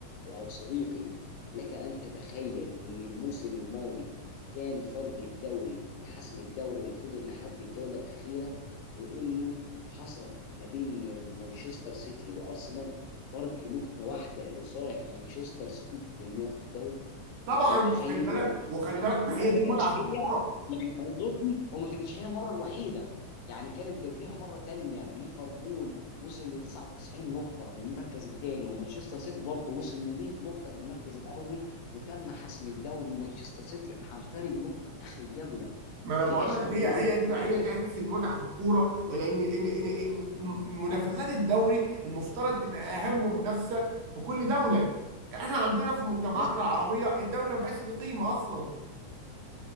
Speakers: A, on the left (about 85°); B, on the right (about 75°).
A: او صديقي لك ان تتخيل ان الموسم الماضي كان فرق الدوري لحسم الدوري فضل لحد الجوله الاخيره وانه حصل ما بين مانشستر سيتي وارسنال فرق نقطة واحدة لصالح مانشستر سيتي في انه ياخد الدوري
B: طبعا
A: انت متخيل
B: وخلي بالك
A: وما
B: وخلي بالك ما
A: وما
B: هي دي
A: كانتش
B: المتعه في
A: هي
B: الكوره
A: يعني اعذرني وما كانتش هي المرة الوحيدة يعني كانت قبلها مرة تانية بليفربول وصل ل 99 نقطة في المركز الثاني ومانشستر سيتي برضه وصل ل 100 نقطة في المركز الأول وتم حسم الدوري لمانشستر سيتي عن فرق نقطة في آخر الجولة
B: ما انا
A: في
B: بقول
A: آخر
B: لك هي
A: الدقيقة
B: هي دي
A: في
B: بقى
A: الدقيقة
B: هي دي اساس المتعه في الكوره ولان ان ان ان منافسات الدوري المفترض تبقى اهم منافسه في كل دوله احنا عندنا في مجتمعاتنا
A: 90.
B: العربيه الدوري ما بقاش له قيمه اصلا